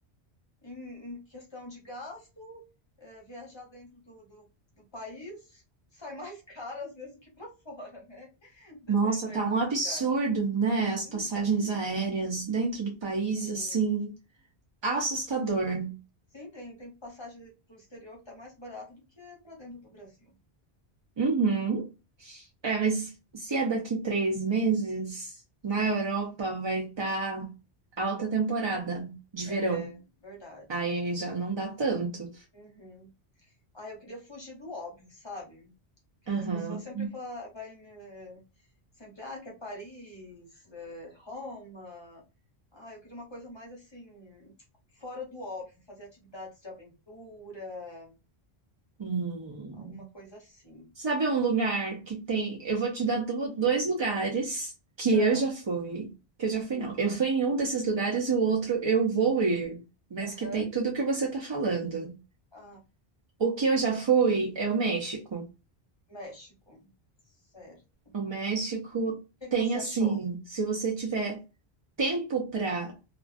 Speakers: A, on the left (about 30°); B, on the right (about 45°).
A: Em, em questão de gasto, eh, viajar dentro do, do, do país sai mais <laughs> caro às vezes do que para fora, né? <laughs> Dependendo
B: Nossa, tá
A: do
B: um absurdo,
A: lugar.
B: né? As
A: Uhum,
B: passagens aéreas dentro do país,
A: sim.
B: assim, assustador.
A: Sim, tem, tem passagem para o exterior que está mais barato do que para dentro do Brasil.
B: Uhum. É, mas se é daqui três meses, na Europa vai estar alta temporada de verão.
A: É verdade.
B: Aí já não dá tanto.
A: Uhum. Ah, eu queria fugir do óbvio, sabe? Que
B: Aham.
A: as pessoas sempre vai, vai né, sempre, ah, quer Paris, eh, Roma. Ah, eu queria uma coisa mais assim, fora do óbvio, fazer atividades de aventura,
B: Hum.
A: alguma coisa assim.
B: Sabe um lugar que tem. Eu vou te dar du- dois lugares que
A: Ah,
B: eu já fui. Que eu já fui, não. Eu fui em um desses lugares e o outro eu vou ir. Mas
A: aham.
B: que tem tudo o que você tá falando.
A: Ah,
B: O que eu já fui é o México.
A: México. Certo.
B: O México
A: O que que
B: tem
A: você
B: assim,
A: achou?
B: se você tiver tempo para